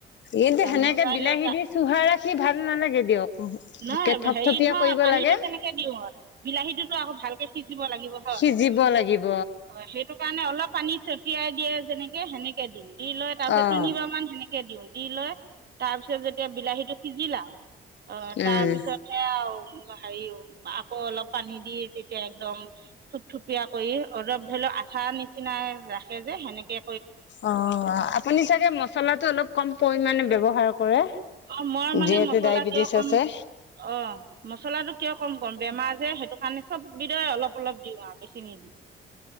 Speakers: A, on the left; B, on the right.
A: এইটো সেনেকে
B: মজাই
A: বিলাহী
B: লৈ তা-
A: দি চুহা ৰাখি ভাল নালাগে দিয়ক। তে
B: নহয়
A: থপথপিয়া
B: হেৰি নহয়
A: কৰিব
B: পানীটো
A: লাগে।
B: কেনেকৈ দিওঁ বিলাহীটোতো আকৌ ভালকে সিজিব লাগিব হয়
A: সিজিব লাগিব
B: অ সেইটো, স কাৰণে অলপ পানী ছ চটিয়াই দিয়ে যেনেকে সেনেকে দিম দি লৈ তাৰপিছত
A: অ
B: তিনিবাৰ মান সেনেকে, দিও দি লৈ তাৰ পিছত যেতিয়া বিলাহীটো সিজিলা,
A: অ',
B: তাৰপিছতহে আৰু হেৰি আকৌ অলপ পানী দি তেতিয়া একদম, থুপথুপিয়া কৰি অলপ ধৰি লওক আঠা নিচিনা ৰাখে যে সেনেকে,
A: অ', আপুনি চাগে মচলাটো অলপ কম পৰিমানে ব্যৱহাৰ কৰে।
B: অঁ মই মানে
A: যিহেতু
B: মছলা
A: ডায়বেটিছ
B: কিয় কম
A: আছে।
B: অ', মছলাটো কিয় কম-কম বেমাৰ যে, সেইটো মানে চব বিদায় অলপ অলপ-দিওঁ আৰু বেছি নি দিওঁ।